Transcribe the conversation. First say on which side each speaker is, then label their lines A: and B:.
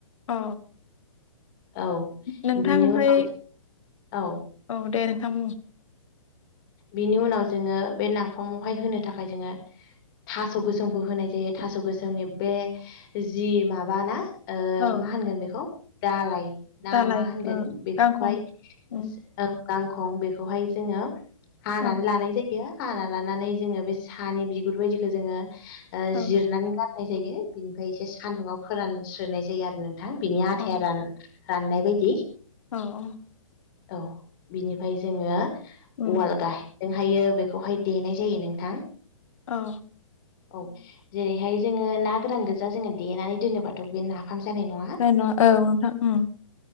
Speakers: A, on the left; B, on the left.
A: अ
B: औ
A: नोंथां
B: बिनि
A: ओमफ्राय
B: उनाव औ
A: औ दे नोंथां बुं
B: बिनि उनाव जोङो बे नाफामावहाय होनो थाखाय जोङो थास' गोसोमखौ होनाय जायो थास' गोसोमनि बे जि माबाना
A: औ
B: मा होनगोन बेखौ दालाय ना
A: दालाय
B: मा होनगोन
A: ओ
B: बेखौहाय
A: गांखं उम
B: ओं गांखं बेखौहाय जोङो हानानै
A: औ
B: लानाय जायो हाना लानानै जोङो बे सानि बिगुर बायदिखौ जोङो
A: औ
B: जिरनानै गारनाय जायो बिनिफ्राय एसे सानदुंआव फोरानस्रोनाय जायो आरो नों थां बिनि आथाया
A: औ
B: रान राननाय बायदि।
A: औ औ
B: औ बिनिफाय जोङो
A: उम
B: वाल <unintelligible> हायो बेखौहाय देनाय जायो नोंथां
A: औ
B: औ जेरैहाय जोंङो ना गोरान गोजा जोंङो देनानै दोनोबाथ' बे नाफाम जानाय नङा
A: जानाय नङा औ नोंथां ओम